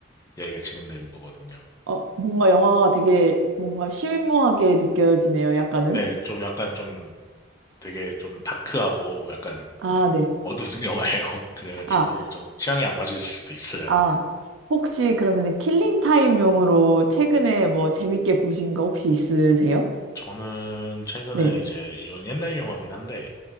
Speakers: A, on the left; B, on the right.
A: 이야기가 진행되는 거거든요.
B: 어, 뭔가 영화가 되게 뭔가 실무하게 느껴지네요, 약간은.
A: 네, 좀 약간 좀 되게 좀 다크하고 약간
B: 아, 네.
A: 어두운 <laughs> 영화예요. 그래가지고
B: 아,
A: 좀 취향이 안 맞을 수도 있어요.
B: 아, 혹시 그러면 킬링 타임용으로 최근에 뭐 재밌게 보신 거 혹시 있으세요?
A: 저는 최근에
B: 네,
A: 이제 이건 옛날 영화긴 한데